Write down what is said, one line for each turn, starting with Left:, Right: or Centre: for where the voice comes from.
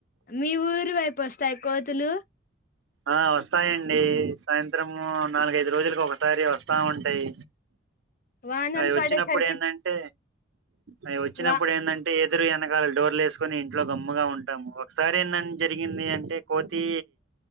Left: మీ ఊరు వైపు వస్తాయి కోతులు
Right: ఆ వస్తాయండి సాయంత్రము నాలుగైదు రోజులకు ఒకసారి వస్తా ఉంటాయి
Left: వానలు
Right: అవి వచ్చినప్పుడు
Left: పడేసరికి
Right: ఏంటంటే అవి వచ్చినప్పుడు
Left: వా
Right: ఏంటంటే ఎదురు వెనకాల డోర్లు వేసుకుని ఇంట్లో గమ్ముగా ఉంటాము ఒకసారి ఏంద జరిగింది అంటే కోతి